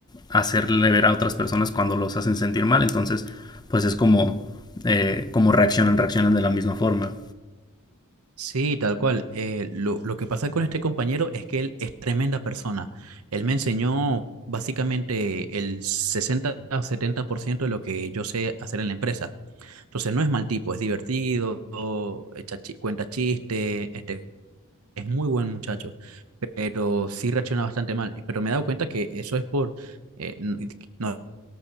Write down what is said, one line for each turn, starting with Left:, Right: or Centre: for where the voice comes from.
Left: hacerle ver a otras personas cuando los hacen sentir mal, entonces pues es como, eh, como reaccionan, reaccionan de la misma forma.
Right: Sí, tal cual. Eh, lo, lo que pasa con este compañero es que él es tremenda persona. Él me enseñó básicamente el 60 o 70% de lo que yo sé hacer en la empresa. Entonces no es mal tipo, es divertido, echa chi- cuenta chiste, este, es muy buen muchacho, pero sí reacciona bastante mal. Pero me he dado cuenta que eso es por, eh, n- no,